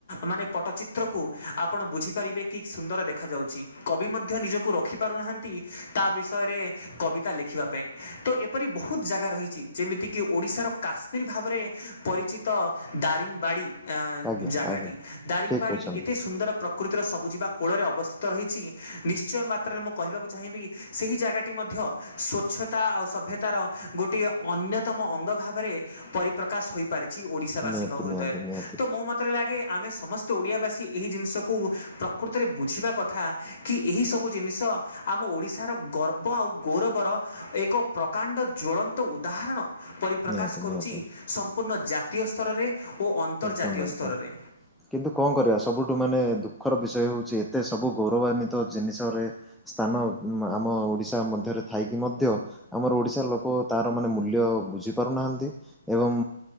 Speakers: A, on the left; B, in the centre.
A: ମାନେ ପଟ୍ଟଚିତ୍ରକୁ ଆପଣ ବୁଝିପାରିବେ କି ସୁନ୍ଦର ଦେଖାଯାଉଚି କବି ମଧ୍ୟ ନିଜକୁ ରଖିପାରୁନାହାନ୍ତି। ତା ବିଷୟରେ କବିତା ଲେଖିବା ପାଇଁ ତ ଏପରି ବହୁତ ଜାଗା ରହିଚି ଯେମିତିକି ଓଡ଼ିଶାର କାସ ରି ଭାବରେ ପରିଚିତ ଦାରିଙ୍ଗବାଡ଼ି ଆଁ
B: ଆଜ୍ଞା
A: ଜାଗାଟି
B: ଆଜ୍ଞା
A: ଦାରିଙ୍ଗବାଡଡି
B: ଠିକ୍ କହିଛନ୍ତି
A: ଏ ସୁନ୍ଦର ପ୍ରକୃତିର ସବୁଜିବା କୋଳରେ ଅବସ୍ଥିତ ରହିଛି ନିଶ୍ଚୟ ମାତ୍ରାରେ ମୁଁ କହିବାକୁ ଚାହିଁବି ସେହି ଜାଗାଟି ମଧ୍ୟ ସ୍ୱଛତା ଆଉ ସଭ୍ୟତାର ଗୋଟିଏ ଅନ୍ୟତମ ଅଙ୍ଗ ଭାବେରେ ପରିପ୍ରକାଶ ହୋଇପାରିଚି ଓଡ଼ିଶାବାସୀଙ୍କ
B: ନିହାତି
A: ହୃଦୟରେ
B: ନିହାତି ନିହାତି
A: ତ ମୋ ମତରେ ଲାଗେ ଆମେ ସମସ୍ତେ ଓଡ଼ିଆବାସୀ ଏହି ଜିନିଷକୁ ପ୍ରକୃତରେ ବୁଝିବା କଥା କି ଏହିସବୁ ଜିନିଷ ଆମ ଓଡ଼ିଶାର ଗର୍ବ ଆଉ ଗୌରବର ଏକ ପ୍ରକାଣ୍ଡ ଜଳନ୍ତ ଉଦାହରଣ ପରିପ୍ରକାଶ
B: ନିହାତି
A: କରୁଛି
B: ନିହାତି
A: ସଂ ପୂର୍ଣ୍ଣ ଜାତୀୟ ସ୍ତରରେ। ଓ ଅନ୍ତର୍ଜାତୀୟ
B: ଏକଦମ୍, ଏକଦମ୍।
A: ସ୍ତରରେ
B: କିନ୍ତୁ କଣ କରିବା ସବୁଠୁ ମାନେ ଦୁଃଖର ବିଷୟ ହଉଛି ଏତେ ସବୁ ଗୌରବାନ୍ୱିତ ଜିନିଷରେ ସ୍ଥାନ ଆମ ଓଡିଶା ମଧ୍ୟରେ ଥାଇକି ମଧ୍ୟ ଆମର ଓଡିଶାର ଲୋକ ତାର ମାନେ ମୂଲ୍ୟ ବୁଝି ପାରୁନାହାନ୍ତି। ଏବଂ